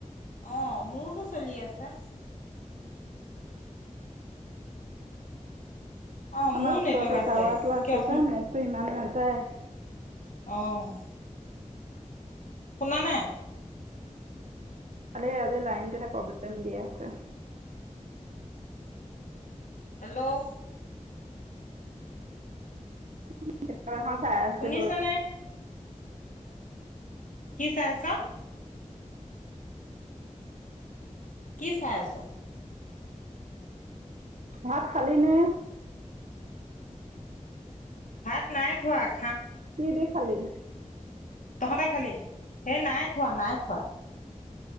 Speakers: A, on the left; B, on the right.
A: অ মোৰতো চলি আছে অ',
B: আমাৰ
A: মোৰ
B: ওচৰতে
A: নেটৱৰ্ক আছে।
B: টাৱাৰ টো আছে
A: কিয়
B: যে নেট টো ইমান ন হয়
A: অঁ শুনানোই
B: খালে আজি লাইনটোহে প্ৰব্লেম দি আছে
A: হেল্ল'
B: <inaudible> ত চাই আছিল
A: শুনিছনে? কি চাহচা কি চাই আছ
B: ভাত খালিনে
A: ভাত নাই খোৱ
B: কি দে খালি
A: তহঁতে খালি সেই নাই খোৱা নাই খোৱা